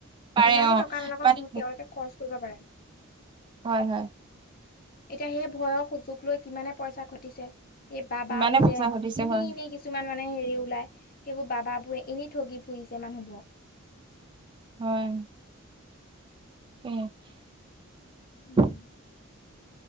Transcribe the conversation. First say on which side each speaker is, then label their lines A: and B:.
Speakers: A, on the right; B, on the left.
A: পাৰে
B: যিমানেই
A: অ
B: টকা নালাগক
A: মানে
B: কিন্তু তেওঁলোকে খৰচ কৰিব পাৰে
A: হয় হয়
B: এতিয়া সেই ভয়ৰ সুযোগ লৈ কিমানে পইচা ঘটিছে এই বাবা
A: ইমানে
B: বুজে
A: পইচা ঘটিছে
B: এনেই
A: হয়
B: এনেই কিছুমান মানে হেৰি ওলায় সেইবোৰ বাবাবোৰে এনে ঠগি ফুৰিছে মানুহবোৰক
A: হয় ক
B: উম,